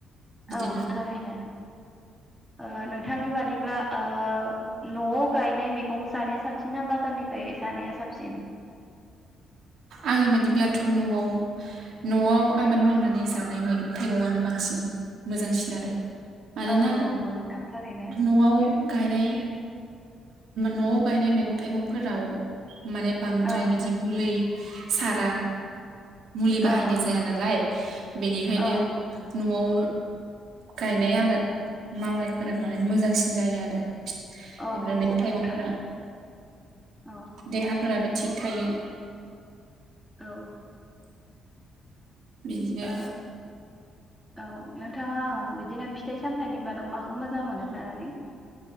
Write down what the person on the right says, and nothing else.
बिदिनो
आंनि बादिब्लाथ' न'आव न'आव आबाद मावनानै जानाय मैगं थाइगंआनो बांसिन मोजांसिन आरो मानोना
न'आव गायनाय न'आव गायनाय मैगं थाइगंफोराव माने बांद्राय
बिदि मुलै सारा मुलि बाहायनाय
जाया नालाय बेनिखायनो
न'आव गायनाय आबाद मावनायफोरा माने मोजांसिन जायो आरो
बेफोर
मैगं
थाइगंफोरा
देहाफोराबो थिग थायो
बिदिनो